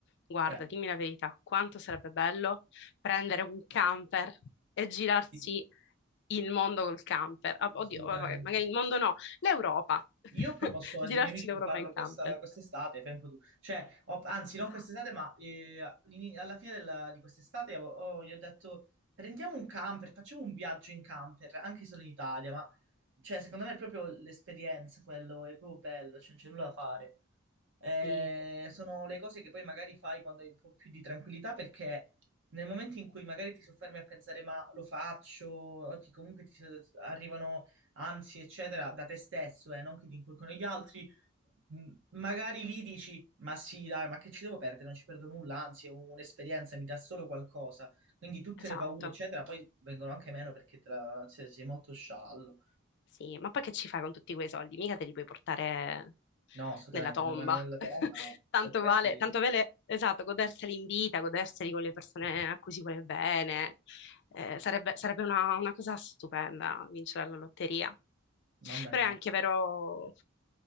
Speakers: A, on the left; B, on the right.
A: guarda,
B: Cioè,
A: dimmi la verità, quanto sarebbe bello prendere un camper e girarsi
B: sì,
A: il mondo col camper. Ah, Oddio,
B: assolutamente.
A: vabbè, magari il mondo no, l'Europa. <laughs>
B: Io ho proposto
A: Girarsi
B: ai miei amici
A: l'Europa
B: di farlo
A: in
B: questa,
A: camper.
B: quest'estate, fai un po' tu. Cioè, ho- anzi, non
A: Dai,
B: quest'estate, ma eh, all'ini- alla fine della- di quest'estate ho- ho- gli ho detto prendiamo un camper, facciamo un viaggio in camper, anche solo in Italia, ma cioè, secondo me è proprio l'esperienza, quello è proprio bello, cioè, non c'è nulla da fare. Eh,
A: sì,
B: sono le cose che poi magari fai quando hai un po' più di tranquillità, perché nel momento in cui magari ti soffermi a pensare ma lo faccio, o ti- comunque ti arrivano ansie, eccetera, da te stesso, eh, non che ti inculcano gli altri. M- Magari lì dici, ma sì, dai, ma che ci devo perdere? Non ci perdo nulla, anzi, è un- un'esperienza, mi dà solo qualcosa. Quindi tutte
A: esatto.
B: le paure, eccetera, poi vengono anche meno perché te la- se- sei molto sciallo.
A: Sì, ma poi che ci fai con tutti quei soldi? Mica te li puoi portare
B: No, assolutamente,
A: nella tomba.
B: nella, nella tomba
A: <laughs>
B: no.
A: Tanto
B: Per questo,
A: vale,
B: direi-
A: tanto vale, esatto, goderseli in vita, goderseli con le persone a cui si vuole bene. Eh, sarebbe sarebbe una, una cosa stupenda vincere la lotteria.
B: mamma
A: Però
B: mia.
A: è anche vero